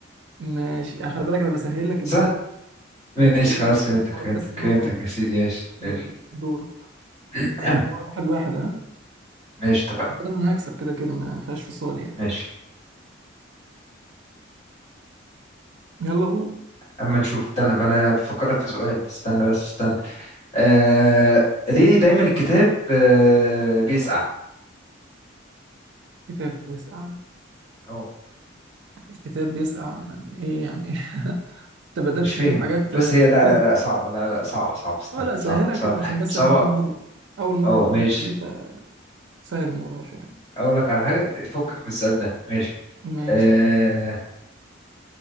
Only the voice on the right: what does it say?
ماشي آه، خلي بالك انا بسهل لك
الدور
انا بسهل
لك الدور
مش تعرف
بس ان انا
طيب
يلا
دورك
واحد واحد ها
أعتقد انا هكسب كده كده ما فيهاش فصال يعني
يلا قول
كتاب بيسقع
الكتاب بيسقع يعني ايه يعني <laughs> إيه؟ انت بدات
تجيب
حاجات آه،
غريبه
اه لا سهلها
كده عشان بس
احنا اول مره اول مره
في
اللعبه دي فسهل الموضوع شويه
ماشي